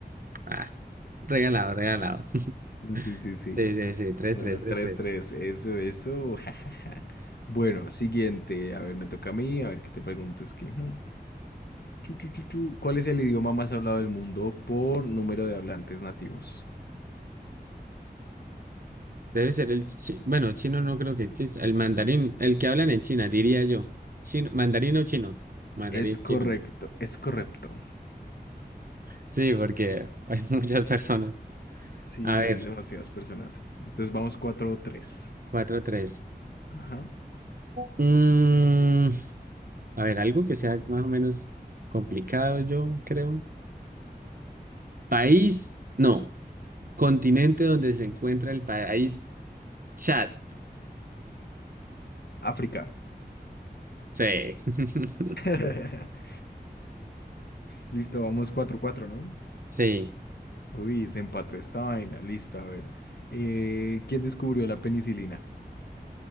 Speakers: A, on the right; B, on the left.
A: Ah, regalado, regalado. <laughs>
B: Sí, sí, sí.
A: Sí, sí, sí, tres,
B: Bueno,
A: tres, tres,
B: tres,
A: tres.
B: tres. eso, eso, <laughs> jajaja. Bueno, siguiente, a ver, me toca a mí, a ver qué te pregunto, es que... mm, chu, chu, chu, chu. ¿Cuál es el idioma más hablado del mundo por número de hablantes nativos?
A: Debe ser el chi- bueno, chino no creo que exista. El mandarín, el que hablan en China, diría yo. Chino, mandarín o chino. Mandarín
B: Es correcto,
A: chino.
B: es correcto.
A: Sí, porque hay <laughs> muchas personas.
B: Sí,
A: A
B: tienen
A: ver,
B: demasiadas personas. Entonces vamos 4 tres.
A: cuatro tres
B: Ajá.
A: Mm, a ver, algo que sea más o menos complicado, yo creo. País, no. Continente donde se encuentra el país Chad.
B: África.
A: Sí. <laughs>
B: <laughs> Listo, vamos cuatro cuatro, ¿no?
A: Sí.
B: Uy, se empató esta vaina. Listo, a ver. Eh, ¿quién descubrió la penicilina?